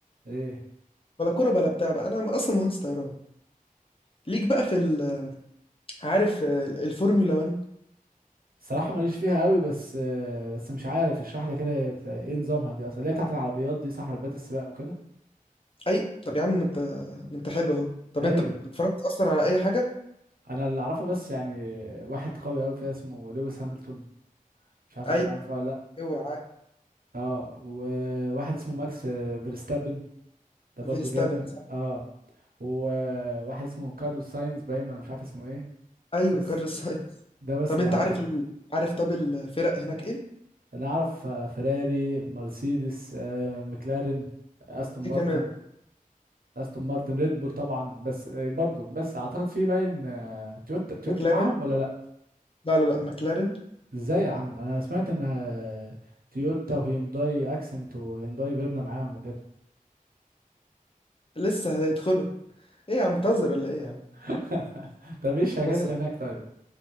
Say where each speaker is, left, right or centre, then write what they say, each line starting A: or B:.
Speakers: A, on the right (about 85°); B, on the left (about 40°).
A: ايه
B: ولا كوره بلا بتاع بقى انا اصلا مهندس طيران ليك بقى في ال... عارف آه، الفورمولا 1
A: الصراحه ماليش فيها قوي بس آه، بس مش عارف اشرح لي كده هي بت- ايه نظامها دي اصلا اللي هي بتاعت العربيات دي صح عربيات السباق وكده
B: اي طب يا عم ما انت ما انت حلو اهو طب
A: ايوه
B: انت
A: ب-
B: اتفرجت اصلا على اي حاجه
A: انا اللي اعرفه بس يعني واحد قوي قوي فيها اسمه لويس هامilton مش عارف
B: اي
A: انت تعرفه ولا لا
B: اوعى
A: اه وواحد اسمه ماكس آه، فيرستابن ده برضو
B: فيرستابن
A: جامد اه وواحد اسمه كارلوس ساينز باين ولا مش عارف اسمه ايه
B: ايوه
A: بس
B: كارل ساينز
A: ده بس
B: طب
A: اللي
B: انت
A: اعرفه
B: عارف ال... عارف طب الفرق هناك ايه
A: اللي اعرف آه، فيراري مرسيدس آه، مكلارين استون
B: ايه
A: مارتن
B: كمان
A: استون مارتن ريد بول طبعا بس آه، برضو بس اعتقد في باين آه، تويوتا تويوتا
B: مكلارين
A: معاهم ولا لا
B: لا لا لا مكلارين
A: ازاي يا عم انا سمعت ان آه، تويوتا وهيونداي اكسنت وهيونداي فيرنا معاهم وكده
B: لسه هيدخلوا ايه يا عم بتهزر ولا ايه يا عم
A: <laughs> طب ايه الشركات
B: بص
A: اللي
B: يا عم
A: هناك طيب